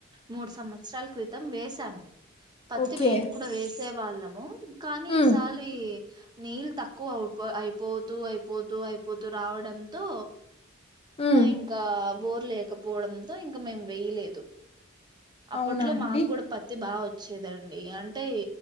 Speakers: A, on the right (about 20°); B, on the left (about 25°).
A: మూడు సంవత్సరాల క్రితం వసాము పత్
B: ఓకే.
A: మేము కూడా వేస్త సే వాళ్ళము కానీ
B: హ్మ్.
A: ఇసలి నీళ్ళ తక్కువ అవు అయిపోతూ అయిపోతూ అయిపోతు రావడంతో
B: హ్మ్.
A: ఆ ఇంకా బోర్ లేకపోవడంతో ఇంకా మేము వేయలేదు అప్పట్లో
B: అవునా అండి?
A: మాకు కూడా పత్తి బాగా వచ్చు వచ్చేదండి అంటే